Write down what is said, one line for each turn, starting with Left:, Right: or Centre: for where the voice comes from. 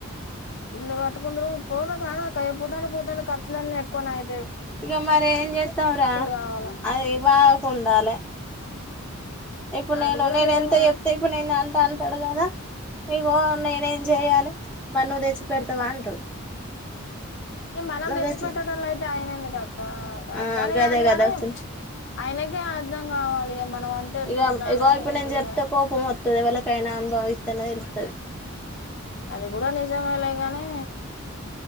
Left: ఇల్లు కట్టుకుందురు పోదా కాదక్కా రేపొద్దన పొద్దన ఖర్చులు అన్న ఎకువనయి
Centre: ఇగ మరి ఏం చెత్తాం రా
Left: కావాలా
Centre: అది బావకున్ నాలు ఇప్పుడు నేను
Left: అది కూడా
Centre: నేను
Left: నిజమే
Centre: ఎంత చెప్తే ఇప్పుడు నేను అ అంట అంటాడు కదా నీగ నేనే ఏం చేయాలి మ నువ్వు తెచ్చి పెడతావా అంటాడు
Left: ఇ మనం
Centre: నువ్వు
Left: తెచ్చిపెట్టడంంలో
Centre: తెచ్చి
Left: అయితే అయిన ఎందుక ఆ
Centre: ఆ
Left: అట్లనే
Centre: గదే
Left: కాదుగానీ
Centre: గదా వచ్చింది
Left: ఆయనకే అర్థం కావాలి మనం అంటే ఎట్టు
Centre: ఇక
Left: ఉండాలి
Centre: ఇగో ఇప్పుడు
Left: ఏంటిది
Centre: నేను చెప్తే
Left: అని
Centre: కోపం మొత్తం ఇవళ కైనా అనుభవ ఇతనే ఇల్తుది
Left: అది కూడా నిజమేలేగానే